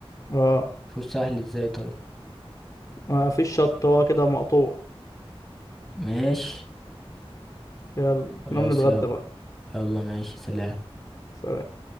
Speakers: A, on the left; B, in the centre.
A: اه
B: مفهوش سواحل ازاي طيب
A: ما فيش شط هو كده مقطوع
B: ماشي
A: يلا
B: خلاص
A: نقوم نتغدى
B: يلا
A: بقى
B: يلا ماشي سلام
A: سلام.